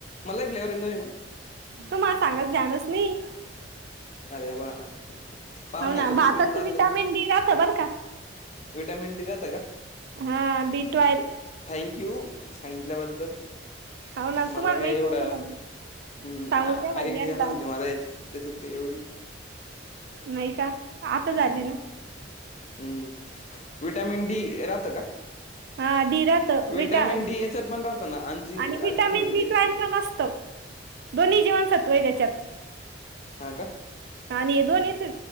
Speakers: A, on the left; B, on the right.
A: मला फ्लेवर येन दोनही पण
B: तुम्हाला सांगायचं ध्यानच नाही.
A: अरे वा पाहुण्याला
B: हो ना
A: विसरून
B: भातात
A: चालले
B: विटामिन
A: तुम्ही
B: डी राहत बर का?
A: विटॅमिन डी राहत का.
B: हा बी ट्वेल.
A: थँंक यू सांगितल्याबद्दल.
B: हो ना
A: मला
B: तुम्हाला
A: काय
B: माहित
A: एवढं
B: नव्हतं म्हणले
A: हम्म
B: सांगून द्या म्हणले
A: आयडिया
B: यांना
A: नव्हती मला यांची. तेच्यात काय एवढी.
B: नाही का. आता झाली
A: हम्
B: ना
A: हम्म विटामिन डी राहतं का.
B: हा डी राहतं
A: विटॅमिन
B: विटा
A: डी यांच्यात पण राहत ना अंजीर
B: आणि विटामिन
A: अंजी म्हण
B: बी
A: ते,
B: ट्वेल्व पण असतं दोन्ही जीवनसत्व आहे त्यांच्यात.
A: हा का
B: हा आणि हे